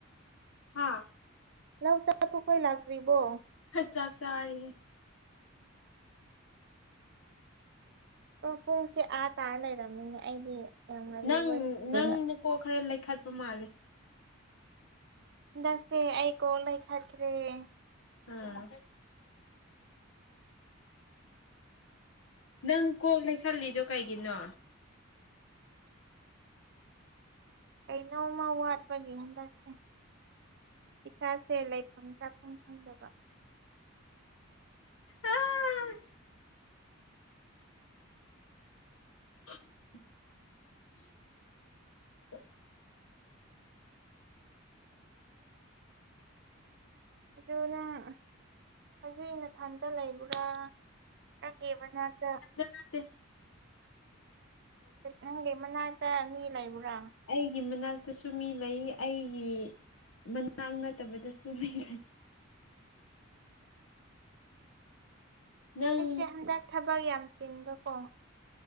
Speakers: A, on the left; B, on the right.
A: ꯍꯥꯥ
B: ꯂꯧ ꯆꯠꯄ ꯀꯣꯏ ꯂꯥꯛꯇ꯭ꯔꯤꯕꯣ
A: ꯈ ꯆꯥꯛ ꯆꯔꯤ ꯍ
B: ꯄꯨꯡꯁꯦ ꯑꯥ ꯇꯥꯔ ꯂꯩꯔꯝꯃꯤꯅꯦ ꯑꯩꯗꯤ ꯌꯥꯝ ꯉꯜꯂꯤꯕꯣꯏ
A: ꯅꯪ
B: ꯐꯖꯅ
A: ꯅꯪ ꯅꯀꯣ ꯈꯔ ꯂꯩꯈꯠꯄ ꯃꯥꯜꯂꯦ
B: ꯍꯟꯗꯁꯦ ꯑꯩ ꯀꯣ ꯂꯩꯈꯈ꯭ꯔꯦ <unintelligible>
A: ꯎꯝ ꯅꯪ ꯀꯣꯛ ꯂꯩꯈꯂꯤꯗꯣ ꯀꯩꯒꯤꯅꯣ
B: ꯀꯩꯅꯣꯝꯃ ꯋꯥꯠꯄꯒꯤ ꯍꯟꯗꯛꯁꯦ ꯏꯁꯥꯁꯦ ꯂꯩꯐꯝ ꯆꯥꯐꯝ ꯈꯪꯗꯕ
A: ꯎꯝ <unintelligible>
B: ꯑꯗꯨ ꯅꯪ ꯍꯧꯖꯤꯛ ꯅꯊꯟꯇ ꯂꯩꯕ꯭ꯔꯥ ꯅꯪꯒꯤ ꯃꯅꯛꯇꯥ
A: ꯌꯥꯠꯇꯦ <inaudible>
B: ꯅꯪꯒꯤ ꯃꯅꯥꯛꯇ ꯃꯤ ꯂꯩꯕ꯭ꯔꯥ
A: ꯑꯩꯒꯤ ꯃꯅꯥꯛꯇꯁꯨ ꯃꯤ ꯂꯩ ꯑꯩꯒꯤ ꯃꯅꯥꯛ ꯅꯠꯇꯕꯗꯁꯨ ꯃꯩ ꯂꯩ ꯅꯪ
B: ꯑꯩꯁꯦ ꯍꯟꯗꯛ ꯊꯕꯛ ꯌꯥꯝ ꯆꯤꯟꯕꯀꯣ